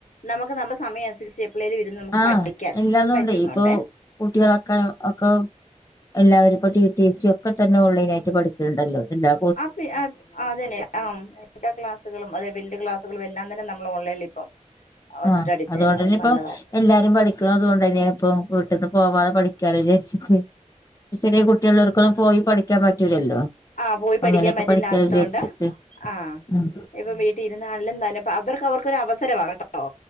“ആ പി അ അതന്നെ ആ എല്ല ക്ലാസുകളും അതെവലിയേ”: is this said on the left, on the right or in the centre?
Left